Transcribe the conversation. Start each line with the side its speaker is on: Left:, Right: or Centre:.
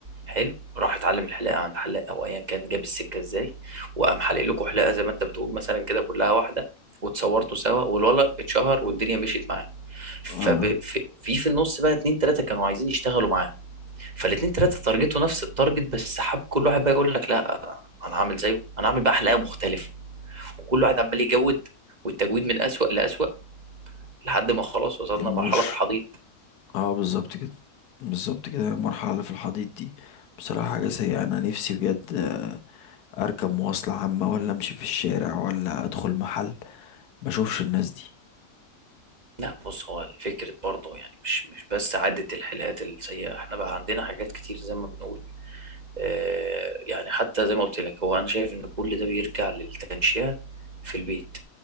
Right: حلو راح اتعلم الحلاقه عند حلاق او ايا كان جاب السكه ازاي وقام حلق لكم حلاقه زي ما انت بتقول مثلا كده كلها واحده واتصورتوا سوا والولد اتشهر والدنيا مشيت معاه ففي
Left: اه
Right: في في النص بقى اتنين تلاته كانوا عايزين يشتغلوا معاه فالاتنين تلاته تارجتوا نفس التارجت بس حب كل واحد بقى يقول لك لا انا هعمل زيه انا هعمل بقى حلاقه مختلفه وكل واحد عمال يجود والتجويد من اسوأ لاسوأ لحد ما خلاص وصلنا
Left: الموش
Right: لمرحله في الحضيض
Left: اه بالظبط كده بالظبط كده المرحلة اللي في الحضيض دي بصراحة حاجة سيئة أنا نفسي بجد آه، أركب مواصلة عامة ولا أمشي في الشارع ولا أدخل محل ما أشوفش الناس دي
Right: لا بص هو فكرة برضه يعني مش مش بس عدة الحلقات السيئة احنا بقى عندنا حاجات كتير زي ما بنقول اه يعني حتى زي ما قلت لك هو انا شايف ان كل ده بيرجع للتنشئة في البيت